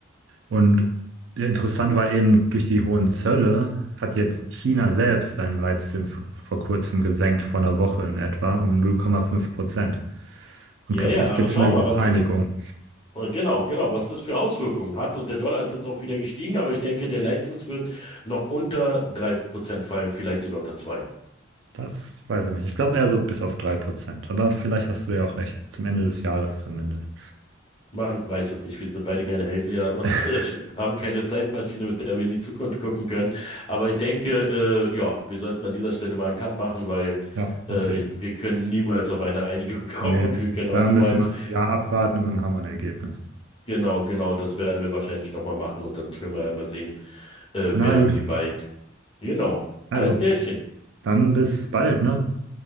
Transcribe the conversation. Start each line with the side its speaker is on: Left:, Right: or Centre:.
Right: Und ja, interessant war eben, durch die hohen Zölle hat jetzt China selbst seinen Leitzins vor kurzem gesenkt, vor einer Woche in etwa, um null Komma fünf Prozent Und
Left: Ja,
Right: plötzlich
Left: ja, aber
Right: gibt
Left: schau
Right: es eine
Left: mal, was
Right: Einigung.
Left: das, äh, genau, genau, was das für Auswirkungen hat. Und der Dollar ist jetzt auch wieder gestiegen, aber ich denke, der Leitzins wird noch unter 3% fallen, vielleicht sogar unter 2.
Right: Das weiß ich nicht. Ich glaube eher so bis auf drei Prozent Aber vielleicht hast du ja auch recht, zum Ende des Jahres zumindest.
Left: Man weiß es nicht. Wir sind beide keine Hellseher und
Right: <laughs>
Left: <laughs> äh, haben keine Zeitmaschine, mit der wir in die Zukunft gucken können. Aber ich denke, äh, ja, wir sollten an dieser Stelle mal einen Cut machen, weil
Right: Ja,
Left: äh,
Right: auf jeden Fall.
Left: wir können niemals auf eine Einigung <laughs> kommen
Right: Nee,
Left: und wir können auch
Right: da
Left: niemals,
Right: müssen wir ein Jahr abwarten und dann haben wir ein Ergebnis.
Left: genau, genau, das werden wir wahrscheinlich nochmal machen und dann können wir ja mal sehen, äh,
Right: Na,
Left: wer
Right: Juti.
Left: wie weit. Genau.
Right: Also,
Left: Alles klärchen.
Right: dann bis bald, ne?